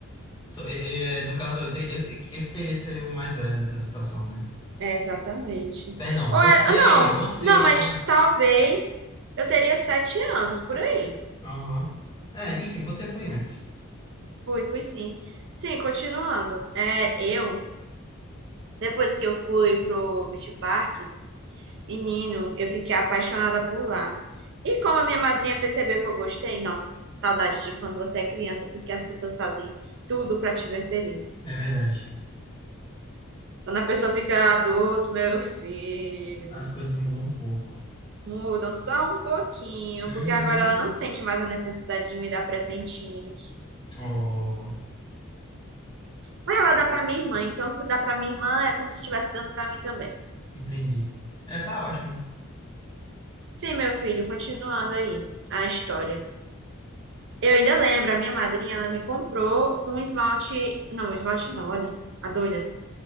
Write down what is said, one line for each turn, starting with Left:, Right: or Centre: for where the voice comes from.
Left: So, e- e, no caso, eu, te- eu, te- eu que teria que ser o mais velho nessa situação, né?
Right: É, exatamente.
Left: Perdão,
Right: Ou
Left: você,
Right: era- ah, não,
Left: você,
Right: não, mas
Left: perdão.
Right: talvez eu teria sete anos, por aí.
Left: Aham. É, enfim, você foi antes.
Right: Fui, fui sim. Sim, continuando. É, eu, depois que eu fui pro Beach Park, menino, eu fiquei apaixonada por lá. E como a minha madrinha percebeu que eu gostei, nossa, saudade de quando você é criança, porque as pessoas fazem tudo pra te ver feliz.
Left: É verdade.
Right: Quando a pessoa fica adulto, meu filho.
Left: As coisas mudam um pouco.
Right: Mudam só um pouquinho,
Left: Uhum.
Right: porque agora ela não sente mais a necessidade de me dar presentinhos.
Left: Oh,
Right: Mas ela dá para minha irmã, então se dá para minha irmã é como se estivesse dando para mim também.
Left: entendi. É, tá ótimo.
Right: Sim, meu filho, continuando aí a história. Eu ainda lembro, a minha madrinha, ela me comprou um esmalte, não, esmalte não, olha, a doida.